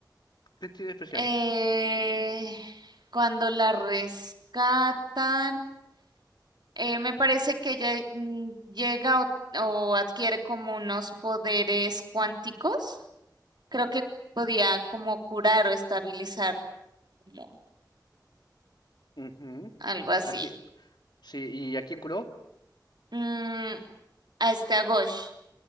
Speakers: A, on the left; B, on the right.
A: ¿Qué tiene de especial?
B: Eh, cuando la rescatan, eh, me parece que ella mm, llega o, o adquiere como unos poderes cuánticos. Creo que podía como curar o estabilizar, como
A: Ujú,
B: algo así.
A: Aquí, sí, ¿y a quién curó?
B: Mm, a este a Ghosh.